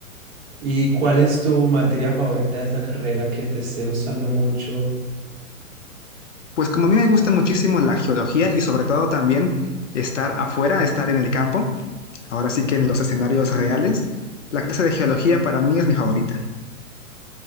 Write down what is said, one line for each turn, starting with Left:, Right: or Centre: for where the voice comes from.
Right: ¿Y cuál es tu materia favorita de esa carrera que te esté gustando mucho?
Left: Pues como a mí me gusta muchísimo la geología y sobre todo también estar afuera, estar en el campo, ahora sí que en los escenarios reales, la clase de geología para mí es mi favorita.